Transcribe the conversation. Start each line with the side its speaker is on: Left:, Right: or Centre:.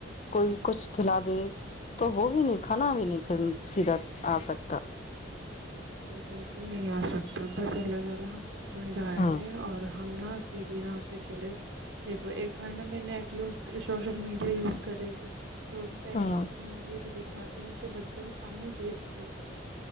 Left: کوئی کچھ کھلا دے تو وہ بھی نہیں کھانا بھی نہیں سیدھا آ سکتا
Right: بالکل نہیں ا سکتا بس اللہ تعالی ہم سب کو ڈاے
Left: ہاں
Right: اور ہم نا سیدھی راہ پہ چلے دیکھو ایک بار نہا میں net use social media use کر رہی تھی تو اس پہ ایسی
Left: ہاں
Right: ایسی موی بھی د کاتے ہیں جو بچوں کے سامنے دیکھ بھی نہیں سکتے